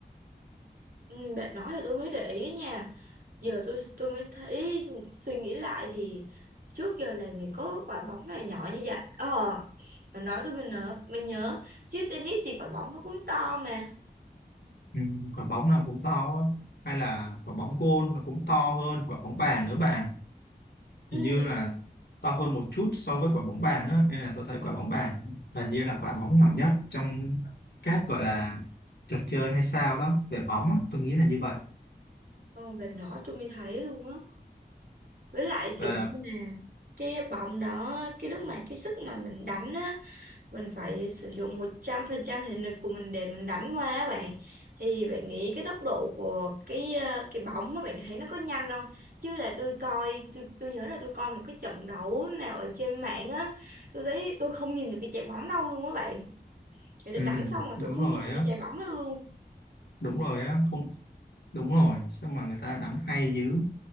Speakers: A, on the right; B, on the left.
A: ừ, bạn nói thì tôi mới để ý nha giờ tôi tôi mới thấy suy nghĩ lại thì trước giờ làm gì có quả bóng nào nhỏ như vậy ờ mà nói tôi mới nhớ mới nhớ chứ tennis thì quả bóng nó cũng to mà
B: ừ, quả bóng nào cũng to á. hay là quả bóng gôn nó cũng to hơn quả bóng bàn nữa bạn
A: ừ
B: hình như là to hơn một chút so với quả bóng bàn á nên là tôi thấy quả bóng bàn hình như là quả bóng nhỏ nhất trong các gọi là trò chơi hay sao đó về bóng á. tôi nghĩ là như vậy
A: còn vệt nỏ tôi mới thấy luôn á với lại kiểu
B: và
A: như là cái bóng đó cái lúc mà cái sức mà mình đánh á mình phải sử dụng 100% thể lực của mình để mình đánh qua á bạn thì bạn nghĩ cái tốc độ của cái ờ, cái bóng á bạn thấy nó có nhanh không chứ là tôi coi tôi, tôi nhớ là tôi coi một cái trận đấu nào ở trên mạng á tôi thấy tôi không nhìn được cái trái bóng đâu luôn á bạn người ta
B: ừ,
A: đánh xong mà
B: đúng
A: tôi không
B: rồi
A: nhìn được
B: á
A: cái trái bóng đâu luôn
B: đúng rồi á không đúng rồi sao mà người ta đánh hay dữ